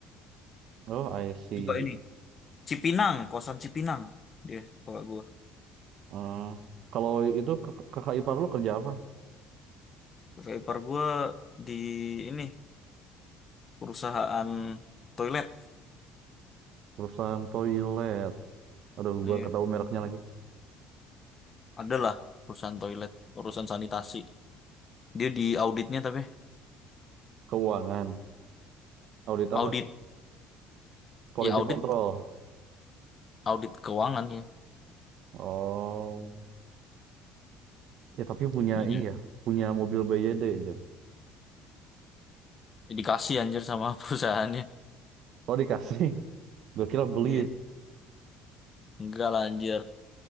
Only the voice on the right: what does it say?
oh I see
Eh, kalau itu kak- kakak ipar lu kerja apa
perusahaan toilet aduh gua
nggak tahu mereknya lagi
keuangan audit
apa quality
control
oh Ya tapi punya
ini ya, punya mobil BYD anjir.
Kalau dikasih, <laughs> gue kira beli.